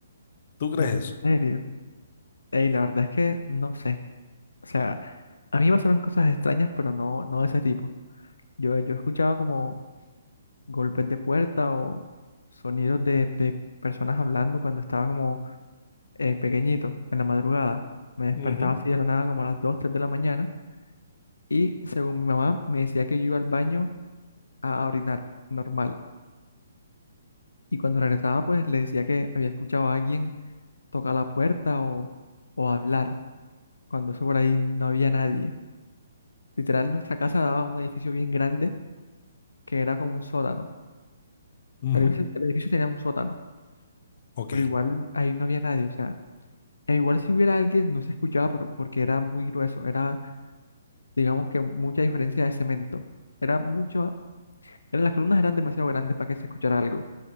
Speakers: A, on the left; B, on the left.
A: ¿Tú crees
B: En
A: eso?
B: serio. Ey, la verdad es que no sé. O sea, a mí me pasaron cosas extrañas, pero no, no de ese tipo. Yo, yo escuchaba como golpes de puerta o sonidos de, de personas hablando cuando estaba como eh, pequeñito, en la madrugada, me despertaba
A: Ujú,
B: así de la nada como a las 2 3 de la mañana y según mi mamá me decía que yo iba al baño a orinar, normal. Y cuando regresaba pues le decía que había escuchado a alguien tocar la puerta o, o hablar, cuando eso por ahí no había nadie. Literal, nuestra casa daba un edificio bien grande que era como un sótano.
A: ujú.
B: El edificio, el edificio tenía un sótano,
A: Ok.
B: pero igual ahí no había nadie, o sea, e igual si hubiera alguien no se escuchaba pero- porque era muy grueso, era digamos que mucha diferencia de cemento. Era mucho, eran, las columnas eran demasiado grandes para que se escuchara algo.